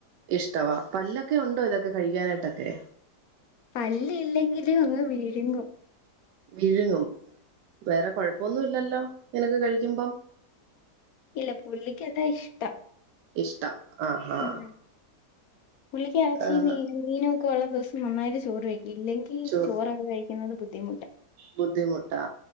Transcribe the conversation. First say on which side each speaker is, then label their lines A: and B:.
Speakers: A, on the right; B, on the left.
A: ഇഷ്ടവാ പല്ലൊക്കെ ഉണ്ടോ ഇതൊക്കെ കഴിക്കാനായിട്ടൊക്കെ
B: പല്ല് ഇല്ലെങ്കിലും അങ്ങ് വീഴുങ്ങും
A: വിഴുങ്ങും വേറെ കൊഴപ്പൊന്നും ഇല്ലല്ലോ ഇങ്ങനൊക്കെ കഴിക്കുമ്പം
B: ഇല്ല പുള്ളിക്ക് അതാ ഇഷ്ടം
A: ഇഷ്ടം ആഹ് ആഹ്
B: ഉം പുള്ളിക്ക് ഇറച്ചിയും
A: ഏഹ്
B: മീനും മീനുമൊക്കെ ഉള്ള ദിവസം നന്നായിട്ട് ചോറ് കഴിക്കും ഇല്ലെങ്കി
A: ചു
B: ചോറ് അങ്ങ് ക്കുന്നത് ബുദ്ധിമുട്ട്
A: ബുദ്ധിമുട്ടാ